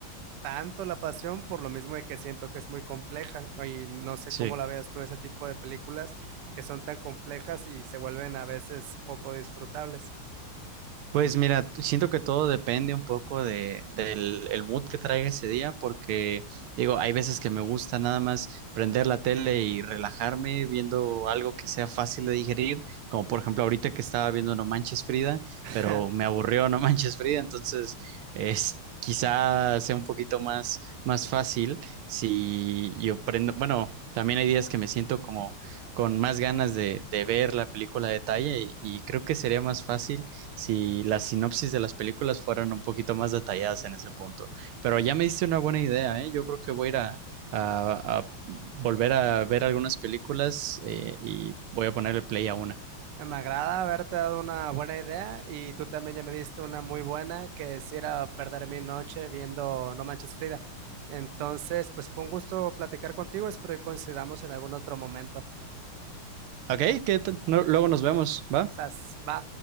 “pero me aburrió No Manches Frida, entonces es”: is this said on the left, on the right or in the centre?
Right